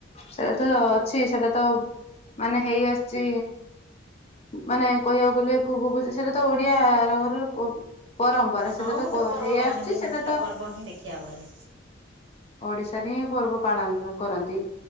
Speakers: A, on the left (about 35°); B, on the right (about 70°).
A: ସେଇଟା ତ ଅଛି ସେଟା ତ ମାନେ ହେଇ ଆସିଛି। ମାନେ କହିବାକୁ ଗଲେ ପୂର୍ବ ପୂ ସେଇଟା ତ ଓଡିଆ ର ଘରର ପରମ୍ପରା
B: ହଁ
A: ସେଇଟା ତ
B: ଗୋଟେ ପର୍ବ
A: ହେଇ
B: ମାନେ
A: ଆସୁଛି
B: ଗୋଟେ
A: ସେଇଟା
B: ମୁଖ୍ୟ
A: ତ
B: ପର୍ବ ହିଁ ଦେଖିବାକୁ ଗଲେ
A: ଓଡିଶାରେ ହିଁ ପର୍ବ ପାଳନ କରନ୍ତି।